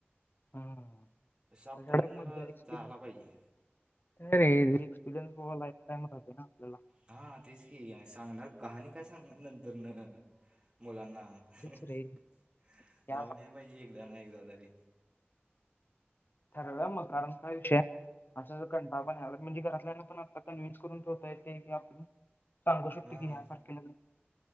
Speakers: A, on the left; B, on the right.
A: हम
B: तसं आपण
A: त्याच्यान
B: पण जरा
A: मजा एक्सपिर-
B: जायला पाहिजे
A: नाही रे ते एक्स्पेरिअन्स लाफटाइम राहतोय ना आपल्याला.
B: हां तेच की सांगणार कहाणी काय सांगणार नंतर न मुलांना अहं
A: तेच रे ते
B: जाऊन याय पाहिजे एकदा ना एकदा तरी.
A: ठरव्याव मगं कारण काय विषय हाय अस असं कंटाळा पण याला म्हणजे घरातल्याना पण आता कन्व्हन्स करून ठेवता येतय की आपण सांगू शकतो
B: हां
A: की ह्या ह्या तारखेला